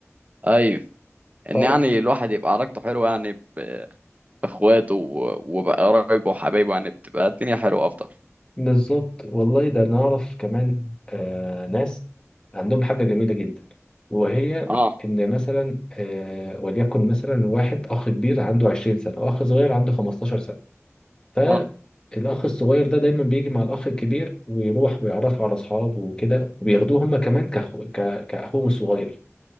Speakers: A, on the right; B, on the left.
A: أيوه إن
B: تعرف
A: يعني الواحد يبقى علاقته حلوة يعني ب- بإخواته و- وبقرايبه وحبايبه يعني بتبقى الدنيا حلوة أفضل
B: بالظبط والله ده نعرف كمان آه ناس عندهم حاجة جميلة جدا وهي
A: أه
B: إن مثلا آه وليكن مثلا واحد أخ كبير عنده 20 سنة وأخ صغير عنده 15 سنة فالأخ
A: أه
B: الصغير ده دايما بيجي مع الأخ الكبير ويروح ويعرفه على أصحابه وكده وبياخدوه هما كمان كأخو ك- كأخوهم الصغير